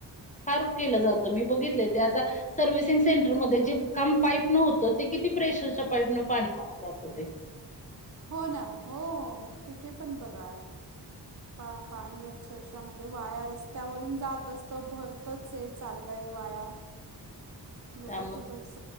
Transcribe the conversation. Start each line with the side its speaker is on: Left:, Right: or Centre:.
Left: फार केलं जातं. मी बघितले ते आता- सर्व्हिसिंग सेंटरमध्ये जे काम पाईप न होतं, ते किती प्रेशरच्या पाईप न पाणी वाया जातं ते,
Right: हो, ना. हो.. हो, कुठे पण बघा? पा-पाणी अक्षरशः म्हणजे वाया रस्त्यावरून जात असतं, भरतंच आहे. चाललंय वाया. लोक
Left: त्यामुळे
Right: खूपच